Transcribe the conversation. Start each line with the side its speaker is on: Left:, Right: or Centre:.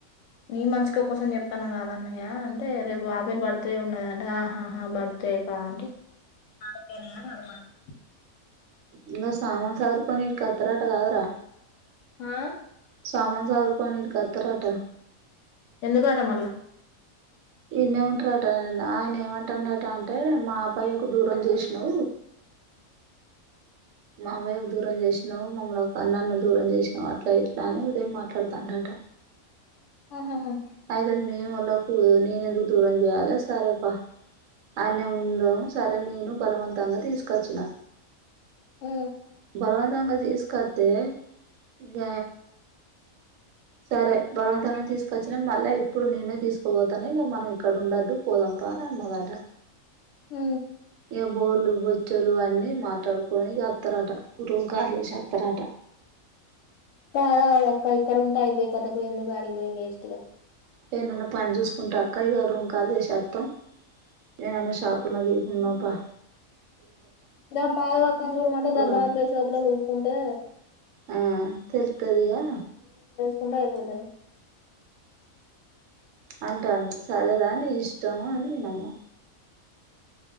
Left: నీ మంచిషిక కోసం చెప్తాను కదా న్నాయా అంటే రేపు ఆప బర్త్డే ఉన్నదంట బర్త్డే అంటేకే నడవండి
Right: ఇంకా సామాన్ సదుర్కొని ఇర్క పత్త్రాటకావరా
Left: ఆ
Right: సామాను సారు పని ఈడికి అతరట
Left: ఎందుకు ఆట మల్ళా
Right: ఇన్నే ఉంటారంట ఆయన ఏమంటాండట అంటే మా అబ్బాయికు దూరం చేసినా్ మావయ దూరం చేసినా్ మమ్మ ఒక నన్ను దూరం చేసిన అట్ల ఇట్లానే ఉదయం మాట్లాడుతాంటట
Left: ఆహాహా
Right: అయితే న మళ్ళ ననే ఎ ద దూరం జాల సారే పా అనే ఉంద సరే నేను బలవంతంగా తీసుకొచ్చిన
Left: అ
Right: బలవంతంగా తీసుకొస్తతే ఇక సరే బలవంతంగా తీసుకొచ్చి ిన మళ్ళా ఇప్పుడు నేనే తీసుకోబోతుాను ఇక మనం ఇక్కడ ఉండొద్దు పోదంపా అని అన్నదట
Left: హ
Right: ఇకా బొల్లు బొచ్చలు అన్నిీ మాట్లాడుకొని అత్తరాట కుటుం కాలసి అత్తరాట
Left: చాలా అక్క ఇక్కడ ఉంటా అయిపోయి కథకు ఎందుకు గాడికి పోయి వెస్ట్ గా
Right: ఏనన్నా పని చూసుకుంటా అక్క ఇగ రూమ్ కాలీ చేసత్తాం నేనన్న షాపులా గకున్నా పా
Left: ఇక మాాలవక్కని చూడమంటే ఇ
Right: గాని
Left: బాంబాై షాపు లో చూస్తుంటే
Right: ఆ తేలుతదిగా
Left: కుండైయిబోధ
Right: అంటాంది సరేదా నీ ఇష్టము అని నేనన్న